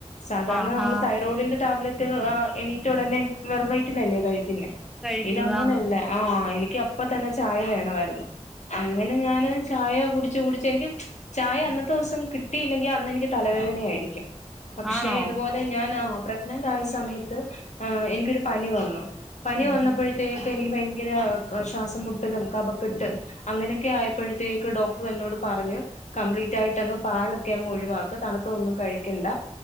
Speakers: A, on the left; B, in the centre.
A: സാധാരണ
B: ആഹാ
A: നമ്മള് തൈറോഡിന്റെ ടാബ്ലറ്റ് റ്റ് ആഹ് എണീറ്റ് ഉടനെ വെറുംവയറ്റിലെല്ലേ കഴിക്കുന്നെ.
B: കഴിക്കുന്നതാന്ന്
A: ഇതങ്ങനല്ല ആ ഇ ക്യപ്പ തന്നെ ചായ വേണ ആയിരുന്നു അങ്ങനെ ഞാന് ചായ കുടിച്ചു കുടിച്ച് എനിക്ക് ചായ അന്നത്തോസം കിട്ടിയില്ലെങ്കി അന്ന് എനിക്ക് തലവേദനയായിരിക്കും. പക്ഷേ
B: ആണോ
A: ഇതുപോലെ ഞാൻ ആ പ്രഗ്നന്റ് ആയ സമയത്ത് ആ എനിക്കൊരു പനി വന്നു. പനി
B: ആഹാ
A: വന്നപ്പോയ്ത്തേ എനിക്ക് ഭയങ്കര അ ശ്വാസം മുട്ടലും കപക്കെട്ട് അങ്ങനൊക്കെ ആയപ്പഴത്തേക്ക് ഡോക്ടർ എന്നോട് പറഞ്ഞു. കംപ്ലീറ്റായിട്ട് അങ്ങ് പാലൊക്കെ അങ്ങ് ഒഴിവാക്ക തണുത്ത ഒന്നും കഴിക്കണ്ട